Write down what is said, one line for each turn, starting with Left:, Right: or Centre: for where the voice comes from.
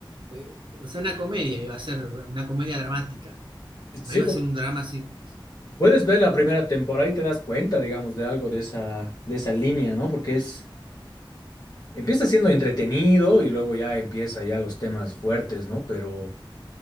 Right: eh, o sea, una comedia, iba a ser una comedia dramática,
Left: Sí,
Right: no iba
Left: porque
Right: a ser un drama así.
Left: puedes ver la primera temporada y te das cuenta, digamos, de algo de esa, de esa línea, ¿no? Porque es, empieza siendo entretenido y luego ya empieza ya los temas fuertes, ¿no? Pero...